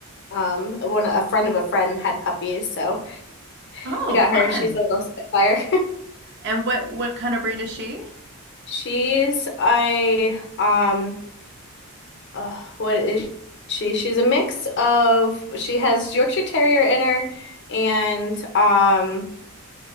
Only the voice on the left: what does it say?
Um, one a friend of a friend had puppies, so
we got
her. She's a little spitfire.
<laughs> She's a um uh, what is she? She's a mix of she has Yorkshire Terrier in her and um